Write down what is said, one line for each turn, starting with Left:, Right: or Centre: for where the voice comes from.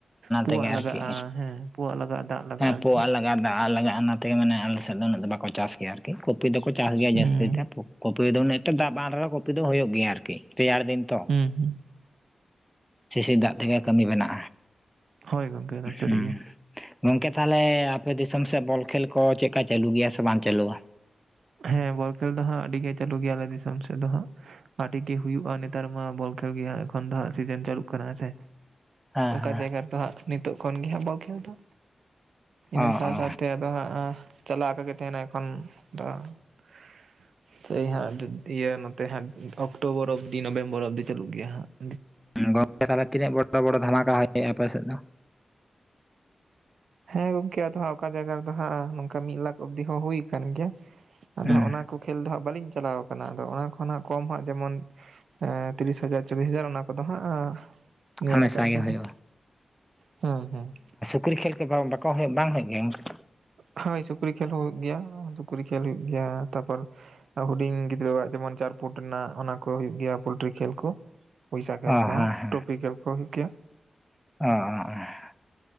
Right: ᱯᱳᱣᱟ
Centre: ᱛᱮᱜᱮ
Right: ᱞᱟᱜᱟᱜ-ᱟ
Centre: ᱟᱨᱠᱤ
Right: ᱦᱮᱸ ᱯᱳᱣᱟᱜ ᱞᱟᱜᱟᱜ-ᱟ ᱫᱟᱜ ᱞᱟᱜᱟᱜ-ᱟ
Centre: ᱦᱮᱸ
Right: ᱟᱨᱠᱤ᱾
Centre: <inaudible> ᱫᱟᱜ ᱞᱟᱜᱟᱜ-ᱟ ᱚᱱᱟᱛᱮ ᱢᱟᱱᱮ ᱟᱞᱮ ᱥᱮᱫ ᱫᱚ ᱩᱱᱟᱹᱜ ᱫᱚ ᱵᱟᱠᱚ ᱪᱟᱥ ᱜᱮᱭᱟ ᱟᱨᱠᱤ ᱠᱚᱯᱤ ᱫᱚᱠᱚ ᱪᱟᱥ ᱜᱮᱭᱟ
Right: ᱦᱩᱸ
Centre: ᱡᱟᱹᱥᱛᱤ ᱛᱮ <inaudible> ᱯᱟᱹ ᱫᱚ ᱢᱟᱱᱮ ᱮᱠᱴᱟ ᱫᱟᱜ ᱵᱟᱝ ᱨᱮᱦᱚᱸ ᱠᱚᱯᱤ ᱫᱚ ᱦᱳᱭᱳᱜ ᱜᱮᱭᱟ ᱟᱨᱠᱤ ᱨᱮᱭᱟᱲ ᱫᱤᱱ ᱛᱚ,
Right: ᱦᱩᱸ ᱦᱩᱸ
Centre: ᱥᱤᱥᱤᱨ ᱫᱟᱜ ᱛᱮᱜᱮ ᱠᱟᱹᱢᱤ ᱵᱮᱱᱟᱜ
Right: ᱦᱭ ᱜᱚᱝᱠᱮ᱾ ᱮᱠᱫᱚᱢ ᱥᱟᱹᱨᱤᱜᱮ
Centre: ᱦᱩᱸ᱾ ᱜᱚᱝᱠᱮ ᱛᱟᱦᱚᱞᱮ ᱟᱯᱮ ᱫᱤᱥᱚᱢ ᱥᱮᱫ ᱵᱚᱞ ᱠᱷᱮᱞ ᱠᱚ ᱪᱮᱫᱠᱟ ᱪᱟᱹᱞᱩᱜ ᱜᱮᱭᱟ ᱥᱮ ᱵᱟᱝ ᱪᱟᱹᱞᱩᱜ-ᱟ?
Right: ᱦᱮᱸ ᱵᱚᱞ ᱠᱷᱮᱞ ᱫᱚ ᱦᱟᱸᱜ ᱟᱹᱰᱤ ᱜᱮ ᱪᱟᱹᱞᱩ ᱜᱮᱭᱟᱞᱮ ᱫᱤᱥᱚᱢ ᱥᱮᱫ ᱫᱚ ᱦᱟᱸᱜ, ᱟᱰᱤ ᱜᱮ ᱦᱩᱭᱩᱜᱼᱟ ᱱᱮᱛᱟᱨ ᱢᱟ ᱵᱚᱞ ᱠᱷᱮᱞ ᱜᱮ ᱦᱟᱸᱜ ᱮᱠᱷᱚᱱ ᱫᱚ ᱦᱟᱸᱜ ᱥᱤᱡᱮᱱ ᱪᱟᱹᱞᱩᱜ ᱠᱟᱱᱟ ᱦᱮᱸ ᱥᱮ᱾
Centre: ᱦᱮᱸ
Right: ᱚᱠᱟ
Centre: ᱦᱮᱸ
Right: ᱡᱟᱭᱜᱟ ᱨᱮᱫᱚ ᱦᱟᱸᱜ ᱱᱤᱛᱳᱜ ᱠᱷᱚᱱ ᱜᱮ ᱦᱟᱸᱜ ᱵᱚᱞ ᱠᱷᱮᱞ ᱫᱚ, ᱤᱱᱟᱹ
Centre: ᱚ
Right: ᱥᱟᱶ
Centre: ᱚ
Right: ᱥᱟᱶ ᱛᱮ ᱟᱫᱚ ᱦᱟᱸᱜ ᱪᱟᱞᱟᱣ ᱟᱠᱟ ᱜᱮ ᱛᱟᱦᱮᱸᱱᱟ ᱮᱠᱷᱚᱱ ᱫᱚ᱾ <inaudible> ᱥᱮᱭ ᱦᱟᱸᱜ ᱤᱭᱟᱹ ᱱᱚᱛᱮ ᱦᱟᱸᱜ ᱚᱠᱴᱳᱵᱚᱨ ᱚᱵᱫᱤ ᱱᱚᱵᱷᱮᱢᱵᱚᱨ ᱚᱵᱫᱤ ᱪᱟᱹᱞᱩᱜ ᱜᱮᱭᱟ ᱦᱟᱸᱜ ᱾
Centre: ᱜᱚᱝᱠᱮ ᱛᱷᱟᱞᱮ ᱛᱤᱱᱟᱹᱜ ᱵᱚᱲᱚ ᱵᱚᱲᱚ ᱫᱷᱟᱢᱟᱠᱟ <inaudible> ᱟᱯᱮ ᱥᱮᱫ ᱫᱚ?
Right: ᱦᱮᱸ ᱜᱚᱝᱠᱮ ᱟᱫᱚ ᱦᱟᱸ ᱚᱠᱟ ᱡᱟᱭᱜᱟ ᱨᱮᱫᱚ ᱦᱟᱸᱜ ᱱᱚᱝᱠᱟ ᱢᱤᱜ ᱞᱟᱠᱷ ᱚᱵᱫᱤ ᱦᱚᱸ ᱦᱩᱭ ᱠᱟᱱ ᱜᱮᱭᱟ ᱾ ᱟᱫᱚ
Centre: ᱦᱩᱸ
Right: ᱦᱟᱸᱜ ᱚᱱᱟ ᱠᱚ ᱠᱷᱮᱞ ᱫᱚ ᱦᱟᱸᱜ ᱵᱟᱹᱞᱤᱧ ᱪᱟᱞᱟᱣ ᱠᱟᱱᱟ ᱟᱫᱚ ᱚᱱᱟ ᱠᱷᱱᱟᱜ ᱠᱚᱢ ᱦᱟᱸᱜ ᱡᱮᱢᱚᱱ ᱮᱸ ᱛᱤᱨᱤᱥ ᱦᱟᱡᱟᱨ ᱪᱚᱞᱞᱤᱥ ᱦᱟᱡᱟᱨ ᱚᱱᱟ ᱠᱚᱫᱚ ᱦᱟᱸᱜ
Centre: ᱦᱟᱢᱮᱥᱟ
Right: ᱧᱮᱞ ᱟᱠᱟᱜ ᱜᱮᱭᱟᱞᱤᱧ
Centre: ᱜᱮ ᱦᱩᱭᱩᱜᱼᱟ
Right: ᱦᱩᱸ ᱦᱩᱸ ᱾
Centre: ᱥᱩᱠᱨᱤ ᱠᱷᱮᱞ ᱠᱚ ᱵᱟᱠᱚ ᱦᱮᱡ ᱵᱟᱝ ᱦᱩᱭᱩᱜ ᱜᱮᱭᱟ ᱚᱝᱠᱮ?
Right: ᱦᱳᱭ ᱥᱩᱠᱨᱤ ᱠᱷᱮᱞ ᱦᱚᱸ ᱦᱩᱭᱩᱜ ᱜᱮᱭᱟ ᱥᱩᱠᱨᱤ ᱠᱷᱮᱞ ᱦᱩᱭᱩᱜ ᱜᱮᱭᱟ ᱛᱟᱯᱚᱨ ᱾ ᱦᱩᱰᱤᱧ ᱜᱤᱫᱽᱨᱟᱹᱣᱟᱜ ᱡᱮᱢᱚᱱ ᱪᱟᱨᱯᱷᱩᱴ ᱱᱟᱜ ᱚᱱᱟ ᱠᱚ ᱦᱳᱭᱳᱜ ᱜᱮᱭᱟ ᱯᱳᱞᱴᱨᱤ ᱠᱷᱮᱞ ᱠᱚ ᱾ ᱯᱩᱭᱥᱟ ᱠᱮᱞ
Centre: ᱚ
Right: ᱠᱚᱦᱚᱸ
Centre: ᱦᱮᱸ
Right: ᱴᱨᱚᱯᱤᱠᱮᱞ ᱠᱚ ᱦᱩᱭᱩᱜ ᱜᱮᱭᱟ ᱾
Centre: <unintelligible>